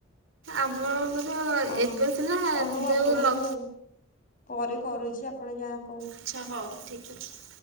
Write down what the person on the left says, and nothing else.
ଓ
ଓ ହଉ
ଆପଣଙ୍କୁ
ପରେ କରୁଚି ଆପଣ ଯାନ୍ତ୍